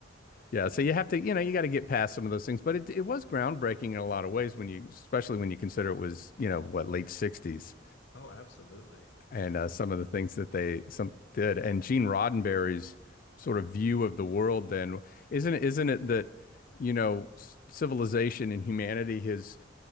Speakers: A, on the left; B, on the left.
A: Yeah, so you have to, you know, you got to get past some of those things, but it it was groundbreaking in a lot of ways when you, especially when you consider it was, you know, what, late 60s
B: Oh, absolutely.
A: and
B: Yeah.
A: uh, some of the things that they some did and Gene Roddenberry's sort of view of the world then isn't it, isn't it that, you know, c- civilization and humanity has